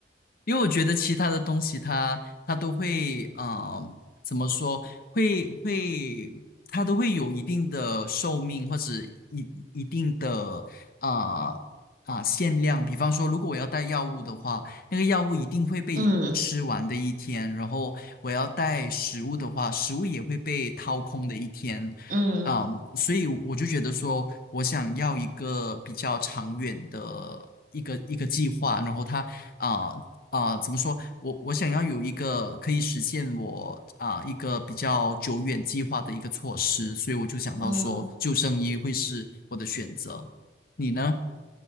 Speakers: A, on the left; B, on the right.
A: 因为我觉得其他的东西它，它都会，呃，怎么说，会会，它都会有一定的寿命或者一一定的啊啊、限量。比方说，如果我要带药物的话，那个药物一定会被吃完的一天；
B: 嗯
A: 然后我要带食物的话，食物也会被掏空的一天。
B: 嗯
A: 嗯，所以我就觉得说，我想要一个比较长远的一个一个计划，然后它啊、呃啊、怎么说？我我想要有一个可以实现我啊、一个比较久远计划的一个措施，所以我就想到说救生衣会是我的选择。
B: 嗯
A: 你呢？